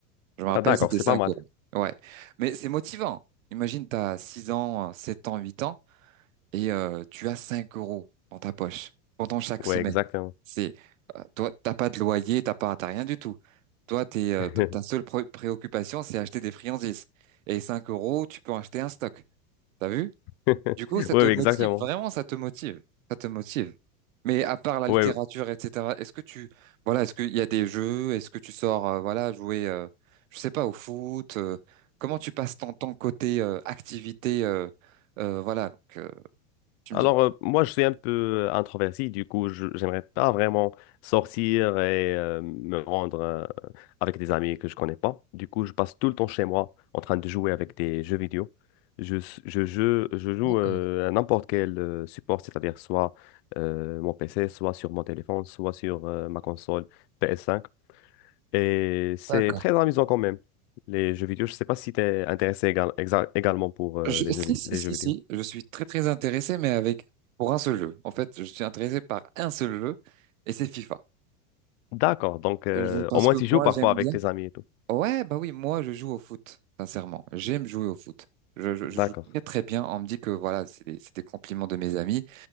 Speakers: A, on the right (about 80°); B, on the left (about 55°).
A: Je me rappelle,
B: Ah, d'accord,
A: c'était
B: c'est
A: 5
B: pas mal.
A: euros. Ouais. Mais c'est motivant. Imagine, t'as 6 ans, 7 ans, 8 ans, et euh, tu as 5 euros dans ta poche pendant chaque
B: Oui,
A: semaine.
B: exactement.
A: C'est, euh, toi, t'as pas de loyer, t'as pas, t'as rien du tout. Toi, t'es, euh,
B: <laughs>
A: ta seule pré- préoccupation, c'est acheter des friandises. Et 5 euros, tu peux acheter un stock. T'as vu?
B: Oui,
A: Du coup, ça te motive,
B: oui, exactement.
A: vraiment, ça te motive, ça te motive. Mais à part la
B: Oui,
A: littérature, etc., est-ce que tu, voilà, est-ce qu'il y a des jeux, est-ce que tu sors, euh, voilà, jouer, euh, je sais pas, au foot, euh, comment tu passes ton temps côté euh, activité, euh, euh, voilà, que tu
B: Alors,
A: me dis.
B: euh, moi, je suis un peu euh, introverti, du coup, je j'aimerais pas vraiment sortir et euh, me rendre euh, avec des amis que je connais pas. Du coup, je passe tout le temps chez moi en train de jouer avec des jeux vidéo. Je, s- je, je, je joue
A: D'accord,
B: euh, à n'importe quel euh, support, c'est-à-dire soit euh, mon PC, soit sur mon téléphone, soit sur euh, ma console PS5. Et c'est
A: d'accord.
B: très amusant quand même, les jeux vidéo. Je sais pas si tu es intéressé égal- exa- également pour euh,
A: Je-
B: les
A: <laughs>
B: jeux, vi-
A: si, si,
B: les
A: si,
B: jeux vidéo.
A: si, je suis très, très intéressé, mais avec, pour un seul jeu. En fait, je suis intéressé par un seul jeu, et c'est FIFA.
B: D'accord. Donc, euh,
A: Je- Parce
B: au moins,
A: que
B: tu joues
A: moi,
B: parfois
A: j'aime
B: avec
A: bien.
B: tes amis et tout.
A: Ouais, bah oui, moi je joue au foot, sincèrement. J'aime jouer au foot. Je, je, je
B: D'accord.
A: joue très très bien. On me dit que voilà, c'est des, c'est des compliments de mes amis.